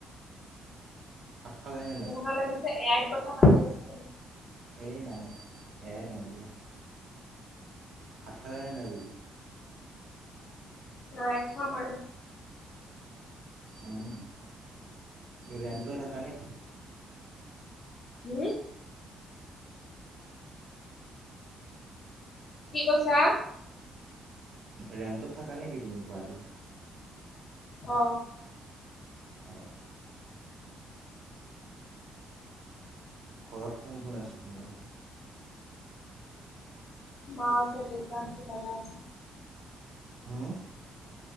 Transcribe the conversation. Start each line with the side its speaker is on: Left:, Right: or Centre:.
Right: ভাত খালেন
Left: এনেকুৱা লাগিছে এ আইত কথা পাতি আছা নি
Right: এই নাই এ আই নহয় দিয়া ভাত খালা নে নাই বোলো
Left: নাই খোৱা মাৰ
Right: উম ৰেণ্ট লৈ থাকা নে কি
Left: উম কি কৈছা
Right: ৰেণ্টত থাকা নিকি তুমি গুৱাহাটীত
Left: অ
Right: অ ঘৰত কোন কোন আছে তোমাৰ
Left: মাঁ আছে, দেউতা আছে, দাদা আছে।
Right: হুউম